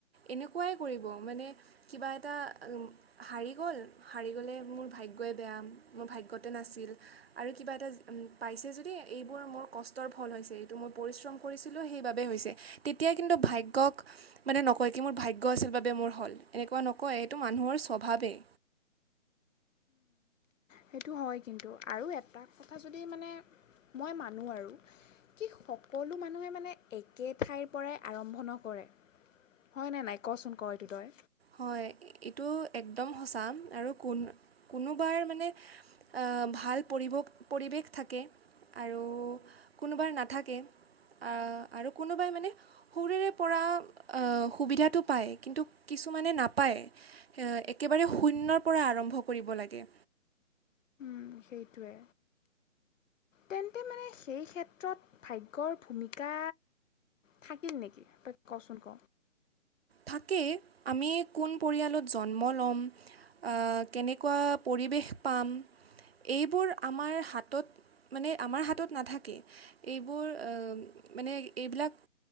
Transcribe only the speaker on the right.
এনেকুৱাই কৰিব মানে কিবা এটা উম হাৰি গ'ল হাৰি গ'লে মোৰ ভাগ্যই বেয়া মোৰ ভাগ্যতে নাছিল। আৰু কিবা এটা উম পাইছে যদি এইবোৰ মোৰ কষ্টৰ ফল হৈছে এইটো মই পৰিশ্ৰম কৰিছিলোঁ সেইবাবেই হৈছে। তেতিয়া কিন্তু ভাগ্যক মানে নকয় কি মোৰ ভাগ্য আছিল বাবে মোৰ হ'ল এনেকুৱা নকয় এইটো মানুহৰ স্বভাৱেই।
হয়, এইটো একদম সঁচা আৰু কোন কোনোবাই মানে এ ভাল পৰিব পৰিৱেশ থাকে। আৰু কোনোবাৰ নাথাকে। আ আৰু কোনোবাই মানে সৰুৰে পৰা আ সুবিধাটো পায়। কিন্তু কিছুমানে নাপায় এ একেবাৰে শূন্যৰ পৰা আৰম্ভ কৰিব লাগে।
থাকেই আমি কোন পৰিয়ালত জন্ম ল'ম। আ কেনেকুৱা পৰিৱেশ পাম। এইবোৰ আমাৰ হাতত মানে আমাৰ হাতত নাথাকেই। এইবোৰ অ' মানে এইবিলাক